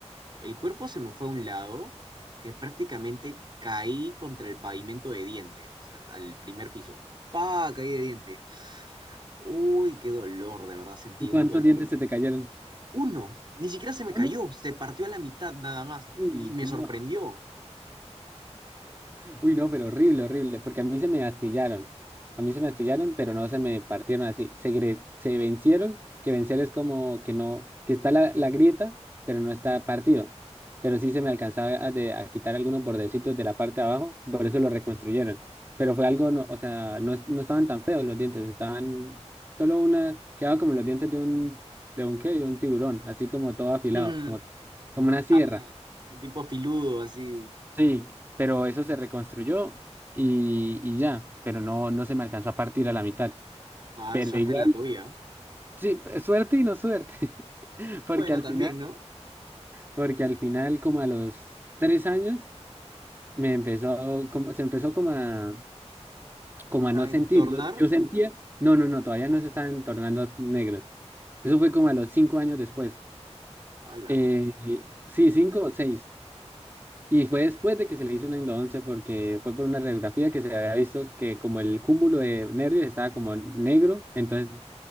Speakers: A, on the right; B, on the right.
A: el cuerpo se me fue a un lado que prácticamente caí contra el pavimento de diente, o sea, al primer piso. ¡Pa! Caí de diente. Uy, qué dolor, de verdad sentí
B: ¿Y ¿Cuántos
A: un dolor.
B: dientes se te cayeron?
A: Uno, ni siquiera se me cayó,
B: Uno.
A: se partió a la mitad nada más
B: Uy,
A: y me
B: no.
A: sorprendió.
B: Uy, no, pero horrible, horrible, porque a mí se me astillaron. A mí se me astillaron, pero no se me partieron así. Se, gre- se vencieron, que vencer es como que no, que está la, la grieta, pero no está partido. Pero sí se me alcanzaba a, de- a quitar algunos bordecitos de la parte de abajo, por eso lo reconstruyeron. Pero fue algo, no, o sea, no, es- no estaban tan feos los dientes, estaban solo una, quedaba como los dientes de un, de un qué, de un tiburón, así como todo afilado,
A: Mm,
B: como, como una sierra.
A: ah, tipo filudo, así.
B: Sí, pero eso se reconstruyó y, y ya, pero no, no se me alcanzó a partir a la mitad.
A: Ah,
B: Pero
A: suerte
B: igual,
A: la tuya.
B: sí, p- suerte y no suerte, <laughs> porque
A: Bueno,
B: al
A: también,
B: final,
A: ¿no?
B: porque al final, como a los tres años, me empezó, como, se empezó como a, como a no
A: A
B: sentir.
A: entornar.
B: Yo, yo sentía, no, no, no, todavía no se estaban tornando negros. Eso fue como a los cinco años después.
A: ¡Hala!
B: Eh, sí, cinco o seis. Y fue después de que se le hizo una endodoncia porque fue por una radiografía que se había visto que como el cúmulo de nervios estaba como negro, entonces